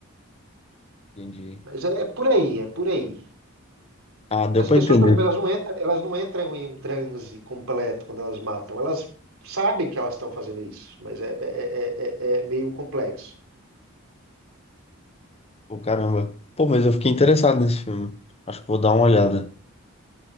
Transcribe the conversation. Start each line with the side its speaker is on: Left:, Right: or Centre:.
Left: Entendi.
Right: Mas é, é por aí, é por aí.
Left: Ah, deu
Right: Porque as
Left: pra
Right: pessoas,
Left: entender.
Right: por exemplo, elas não entram, elas não entram em um transe completo quando elas matam. Elas sabem que elas estão fazendo isso, mas é, é, é, é é meio complexo.
Left: Pô, caramba. Pô, mas eu fiquei interessado nesse filme. Acho que vou dar uma olhada.